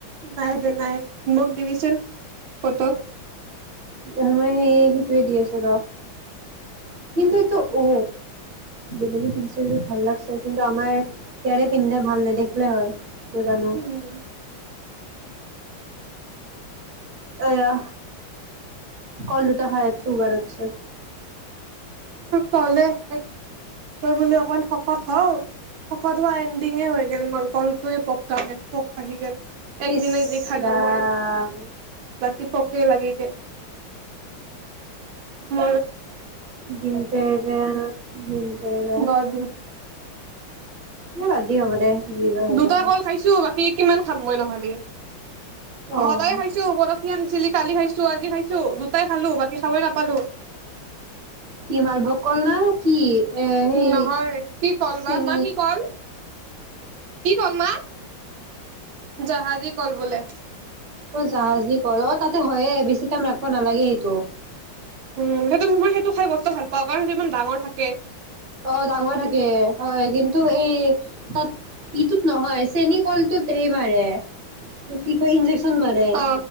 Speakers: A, on the right; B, on the right.
A: নাই দে নাই মোক ডভিচন পতক
B: মই সেই সেইটোৱে দি আছো ৰ কিন্তু এইটো উ বেলেগে পিন্ধছে যদি ভাল লাগছে কিন্তু আমাৰ ইয়াৰে পিন্ধিলে ভাল ন দেখিলে হয় নই জানো
A: উম
B: আহয়া কললটা হায়াত চুগাৰ আছে
A: কলে শেষ মই বোলো অকণ শকত হও শকত হোৱা এণ্ডিঙে হৈ গল মোৰ কলটয়ে পকে আহি গ একদিনে
B: ইচ
A: যি খালো
B: ৰাম
A: মই ৰাতি পকে লাগি গ ম
B: গিন্দ প ন গিন্দ প
A: গদ
B: ক আাজি হব দে যি হয় হৈ
A: দুটা
B: থাকক
A: কল খাইছো বাকী কিমান থাম ম নহলে
B: অ
A: সদায়ে খাইছো বৰশী ছিলি কালি খাইছো আজি খাইছো দুটাই খালো বাকি খাবই নাপালো
B: কি মালভোগ কল না কি এ সেই
A: নহয় কি কল
B: চেিন
A: বা মা কি কল কি কল মা, জাহাজী কল বোলে
B: জাহাজি কলত, তাতে হয়ে বেছি টাইম ৰাখিব নালাগে এইটো।
A: উম, সেইটো মই সেইটো খাই মস্ত ভাল পাওঁ, কাৰণ সটো ইমান ডাঙৰ থাকে দে
B: অহ ডাঙৰ থাকে হয় কিন্তু এই তাত এইটোত নহয়, চেনী কলটোত সেইবাৰে কি কয় ইনজেকচন চোন মাৰে
A: অ